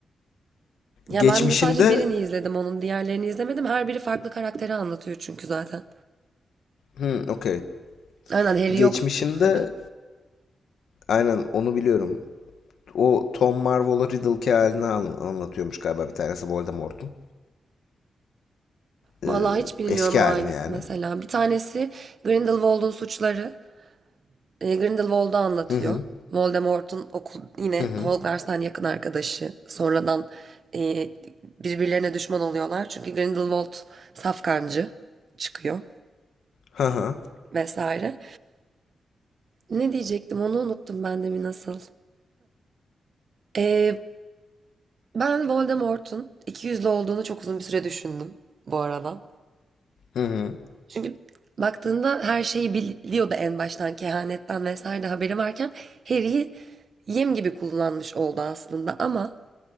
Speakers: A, on the right; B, on the left.
A: Ya
B: geçmişinde
A: ben de sadece birini izledim onun. Diğerlerini izlemedim. Her biri farklı karakteri anlatıyor çünkü zaten.
B: hmm, okey.
A: Aynen Harry
B: Geçmişinde
A: yok onlarda.
B: aynen onu biliyorum. O Tom Marvola Riddle'ki halini an- anlatıyormuş galiba bir tanesi Voldemort'un. Ee,
A: Vallahi hiç bilmiyorum
B: eski
A: o
B: halini
A: hangisi
B: yani.
A: mesela. Bir tanesi Grindelwald'un suçları. E, Grindelwald'u anlatıyor.
B: Hı hı.
A: Voldemort'un okul yine
B: Hı hı.
A: Hogwarts'tan yakın arkadaşı. Sonradan e, birbirlerine düşman oluyorlar. Çünkü Grindelwald safkancı çıkıyor
B: Ha ha.
A: vesaire. Ne diyecektim onu unuttum ben de mi nasıl? Ee, Ben Voldemort'un ikiyüzlü olduğunu çok uzun bir süre düşündüm bu arada.
B: Hı hı.
A: Çünkü baktığında her şeyi biliyordu en baştan kehanetten vesaire de haberi varken Harry'i yem gibi kullanmış oldu aslında ama